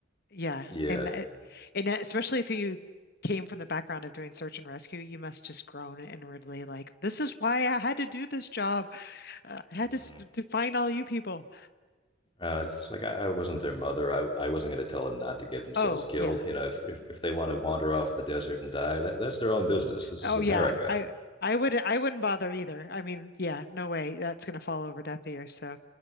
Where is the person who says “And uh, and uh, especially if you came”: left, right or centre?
Left